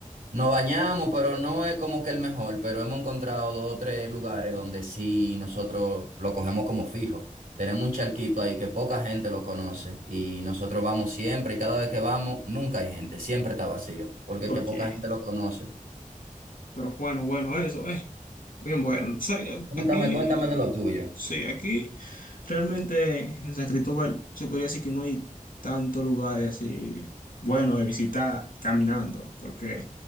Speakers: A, on the right; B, on the left.
A: nos bañamos, pero no es como que el mejor, pero hemos encontrado dos o tres lugares donde sí nosotros lo cogemos como fijo. Tenemos un charquito ahí que poca gente lo conoce y nosotros vamos siempre y cada vez que vamos nunca hay gente, siempre está vacío, porque
B: Oye,
A: es que poca gente lo conoce.
B: pero bueno, bueno, eso, eh. Bien, bueno, ¿sabes?
A: Cuéntame,
B: Aquí,
A: cuéntame de lo tuyo.
B: sí, aquí realmente en San Cristóbal se podría decir que no hay tantos lugares así buenos de visitar caminando, porque